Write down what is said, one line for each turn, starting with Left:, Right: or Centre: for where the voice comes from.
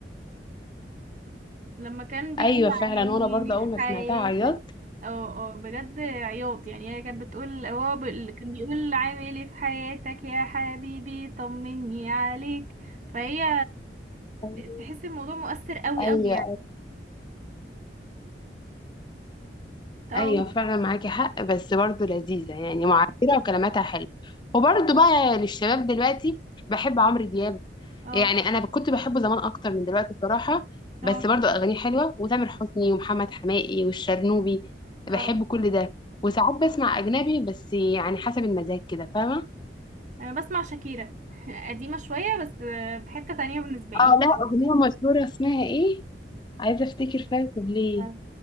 Right: لما كان بيقول
Left: ايوه فعلا
Right: عيني
Left: وانا برضه
Right: لي
Left: اول
Right: في
Left: ما
Right: حياتك
Left: سمعتها عيطت
Right: اه اه بجد عياط يعني هي كانت بتقول هو ب- اللي كان بيقول عامل ايه في حياتك يا حبيبي طمني عليك فهي
Left: ايوه
Right: تحس الموضوع مؤثر قوي
Left: ايوه
Right: قوي يعني اه
Left: ايوه فعلا معاكي حق بس برضه لذيذه يعني معبره وكلماتها حلوه وبرضه بقى للشباب دلوقتي بحب عمرو دياب
Right: اه
Left: يعني انا كنت بحبه زمان اكتر من دلوقتي بصراحه بس
Right: اه
Left: برضه اغانيه حلوه وتامر حسني ومحمد حماقي والشرنوبي بحب
Right: اه
Left: كل ده وساعات بسمع اجنبي بس يعني حسب المزاج كده فاهمه
Right: انا بسمع شاكيرا <laughs> قديمة شوية بس في حتة تانية بالنسبة لي
Left: اه لا اغنيه مشهوره اسمها ايه عايزه افتكر فيها ليه
Right: أه،